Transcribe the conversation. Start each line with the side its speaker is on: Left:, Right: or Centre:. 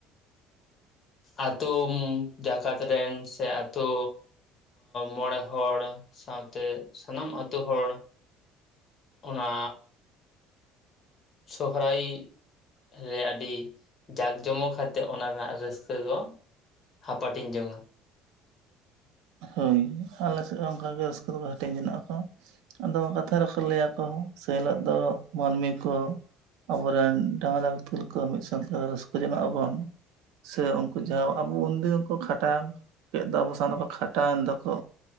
Left: ᱟᱛᱳ ᱡᱟᱠᱟᱛ ᱨᱮᱱ ᱥᱮ ᱛᱚ ᱢᱚᱬᱮ ᱦᱚᱲ ᱥᱟᱶᱛᱮ ᱥᱟᱱᱟᱢ ᱟᱹᱛᱩ ᱦᱚᱲ ᱚᱱᱟ ᱥᱚᱦᱨᱟᱭ ᱨᱮ ᱟᱹᱰᱤ ᱡᱟᱠ ᱡᱚᱢᱚᱠ ᱟᱛᱮᱫ ᱚᱱᱟ ᱨᱮᱱᱟᱜ ᱨᱟᱹᱥᱠᱟᱹ ᱫᱚ ᱦᱟᱯᱟᱴᱤᱧ ᱡᱚᱝᱟ
Right: ᱦᱳᱭ ᱟᱞᱮ ᱥᱮᱫ ᱦᱚᱸ ᱚᱱᱠᱟᱜ ᱜᱮ ᱨᱟᱹᱥᱠᱟᱹ ᱫᱚᱠᱚ ᱦᱟᱹᱴᱤᱧ ᱡᱚᱱᱟᱜ ᱟᱠᱚ ᱟᱫᱚ ᱠᱟᱛᱷᱟ ᱨᱮᱠᱚ ᱞᱟᱹᱭᱟᱠᱚ ᱥᱮ ᱦᱤᱞᱳᱜ ᱫᱚ ᱢᱟᱹᱱᱢᱤ ᱠᱚ ᱟᱵᱚᱮᱱ ᱰᱟᱝᱨᱟ ᱵᱤᱛᱠᱤᱞ ᱠᱚ ᱢᱤᱫ ᱥᱛᱟᱣ ᱛᱮ ᱨᱟᱹᱥᱠᱟᱹ ᱡᱚᱱᱚᱜ ᱟᱵᱚᱱ ᱥᱮ ᱩᱱᱠᱩ ᱡᱟᱦᱟᱸ ᱟᱵᱚ ᱩᱱᱫᱤᱱ ᱠᱚ ᱠᱷᱟᱴᱟᱣ ᱠᱮᱫ ᱫᱚ ᱟᱵᱚ ᱥᱟᱣ ᱠᱷᱟᱴᱟᱣ ᱮᱱ ᱫᱚᱠᱚ